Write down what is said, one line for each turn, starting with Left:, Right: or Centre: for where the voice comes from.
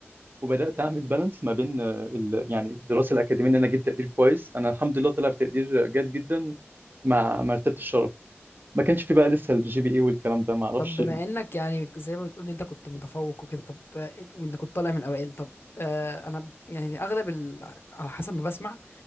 Right: وبدات اعمل بالانس ما بين آه، ال... يعني الدراسه الاكاديميه ان انا جبت تقدير كويس انا الحمد لله طلع بتقدير جيد جدا مع مرتبه الشرف ما كانش في بقى لسه الجي بي اي والكلام ده ما اعرفش
Left: طب بما انك يعني زي ما بتقول ان انت كنت متفوق وكده طب آه، وانت كنت طالع من الاوائل طب آه انا يعني اغلب ال... على حسب ما بسمع